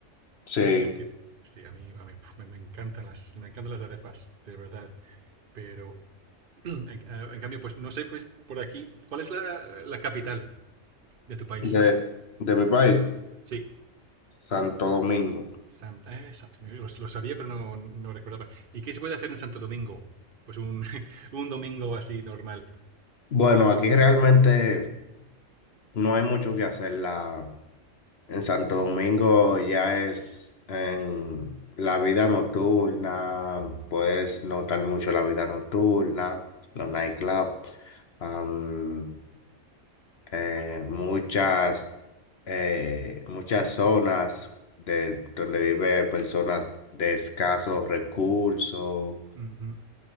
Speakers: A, on the left; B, on the right.
A: Sí,
B: Que tiene- Sí, a mí, a mí, puf, me, me encantan las, me encantan las arepas, de verdad. Pero <clears throat> en, eh, en cambio, pues no sé, pues por aquí, ¿cuál es la, la capital de tu país?
A: de, de mi país,
B: Sí.
A: Santo Domingo.
B: San- eh, Santo Domingo. Lo, lo sabía, pero no, no recordaba. ¿Y qué se puede hacer en Santo Domingo? Pues un, <laughs> un domingo así normal.
A: Bueno, aquí realmente no hay mucho que hacer. La, en Santo Domingo ya es en la vida nocturna, puedes notar mucho la vida nocturna, los nightclubs, am, eh, muchas, eh, muchas zonas de donde vive personas de escasos recursos
B: Ujú,